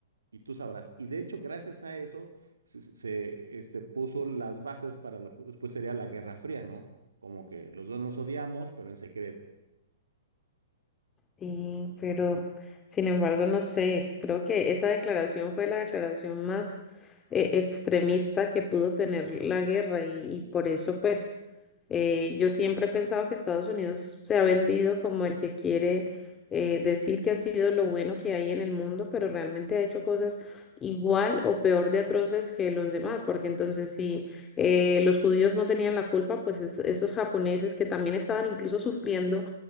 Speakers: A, on the right; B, on the left.
A: y tú sabrás. Y de hecho, gracias a eso, se, se, este, puso las bases para lo que después sería la Guerra Fría, ¿no? Como que los dos nos odiamos, pero en secreto.
B: Sí, pero sin embargo, no sé, creo que esa declaración fue la declaración más eh, extremista que pudo tener la guerra y, y por eso pues Eh, yo siempre he pensado que Estados Unidos se ha vendido como el que quiere eh, decir que ha sido lo bueno que hay en el mundo, pero realmente ha hecho cosas igual o peor de atroces que los demás, porque entonces si eh, los judíos no tenían la culpa, pues es- esos japoneses que también estaban incluso sufriendo